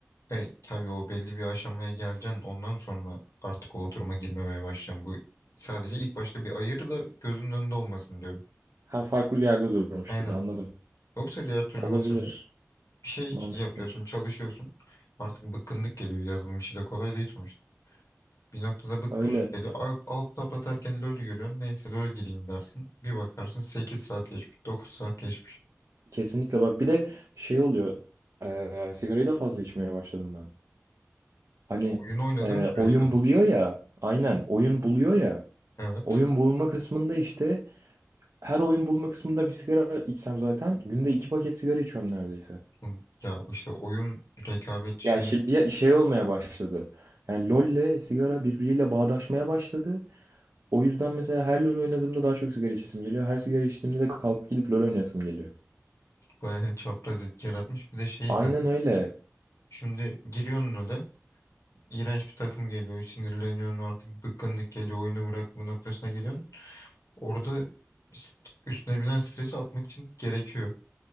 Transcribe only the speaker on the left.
e, tabii o belli bir aşamaya geleceksin. Ondan sonra artık o oturuma girmemeye başlayacaksın. Bu sadece ilk başta bir ayır da gözünün önünde olmasın diyorum.
Aynen.
Yoksa diğer türlü
mesela bir şey
yapıyorsun, çalışıyorsun. Artık bıkkınlık geliyor. Yazılım işi de kolay değil sonuçta. Bir noktada bıkkınlık
geliyor. Alt, alt tab atarken LoL görüyorsun. Neyse LoL gireyim dersin. Bir bakarsın 8 saat geçmiş, dokuz saat geçmiş.
Oyun oynadığın
süreçte
mi?
Evet.
Bu- Ya işte oyun rekabetçi
şeyini
bayağı <laughs> çapraz etki yaratmış. Bir de şey
zaten.
Şimdi giriyorsun LoL'e. İğrenç bir takım geliyor. Sinirleniyorsun artık bıkkınlık geliyor. Oyunu bırakma noktasına geliyorsun. Orada üstüne binen stresi atmak için gerekiyor.